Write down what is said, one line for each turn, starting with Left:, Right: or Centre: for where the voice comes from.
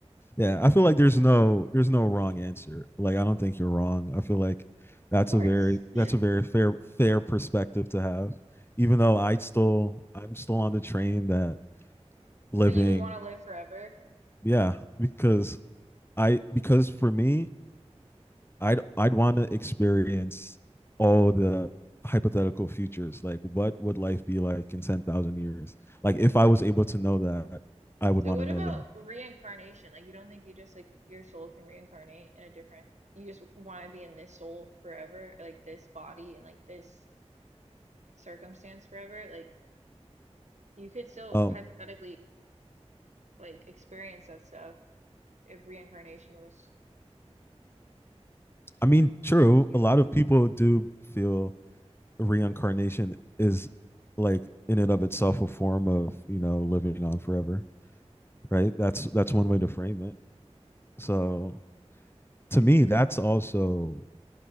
Left: Yeah. I feel like there's no, there's no wrong answer. Like, I don't think you're wrong. I feel like that's
Right: of course.
Left: a very,
Right: <laughs>
Left: that's a very fair, fair perspective to have. Even though I still, I'm still on the train that living,
Right: So you would want to live forever.
Left: yeah, because I because for me, I'd I'd want to experience all the hypothetical futures. Like, what would life be like in ten thousand years? Like, if I was able to know that, I would
Right: So
Left: want
Right: what
Left: to know
Right: about
Left: that.
Right: reincarnation? Like, you don't think you just like your soul can reincarnate in a different, you just want to be in this soul forever, like this body and like this circumstance forever? Like, you could still
Left: Um,
Right: hypothetically like experience that stuff if reincarnation was,
Left: I mean, true.
Right: you
Left: A
Right: know.
Left: lot of people do feel reincarnation is like in and of itself a form of you know living on forever, right? That's that's one way to frame it. So to me, that's also